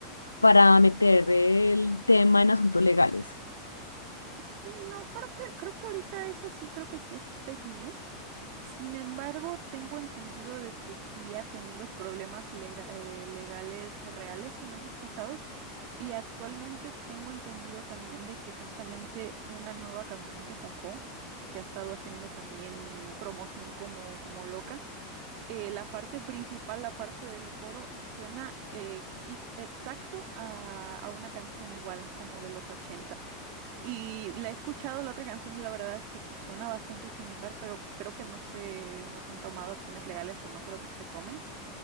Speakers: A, on the left; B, on the right.
A: para meter el tema en asuntos legales.
B: Sí, no, creo que, creo que ahorita es así, creo que sí es fake news. Sin embargo, tengo entendido de que sí ha tenido problemas lega- eh, legales reales en años pasados y actualmente tengo entendido también de que justamente una nueva canción que sacó, que ha estado haciendo también promoción como, como loca, eh, la parte principal, la parte del coro, suena eh, i- exacto a, a una canción igual como de los 80. Y la he escuchado la otra canción y la verdad es que sí suena bastante similar, pero creo que no se, no se han tomado acciones legales o no creo que se tomen.